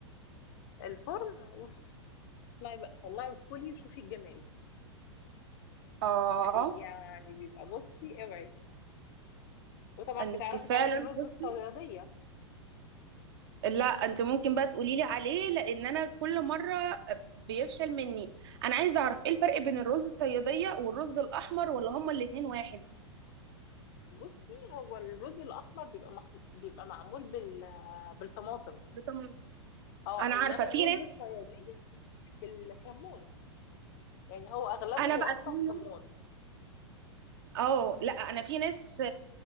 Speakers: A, on the left; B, on the right.
A: الفرن اوف طلعي بقى طلعي وكلي وشوفي الجمال
B: اه
A: حقيقي يعني بيبقى بصي اوعي وطبعا
B: انت
A: بتعرفي
B: فعلا
A: تعملي الرز
B: بص-
A: الصياديه
B: لا انت ممكن بقى تقولي لي عليه لان انا كل مره بيفشل مني انا عايزه اعرف ايه الفرق بين الرز الصياديه والرز الاحمر ولا هما الاتنين واحد
A: بصي هو الرز الاحمر بيبقى مح... بيبقى معمول بال... بالطماطم
B: بطماطم
A: اه
B: انا
A: انما
B: عارفه في
A: الرز
B: ناس
A: الصياديه بالكمون يعني هو اغلبه
B: انا بقى
A: اصلا
B: في ناس
A: كمون
B: اه لا انا في ناس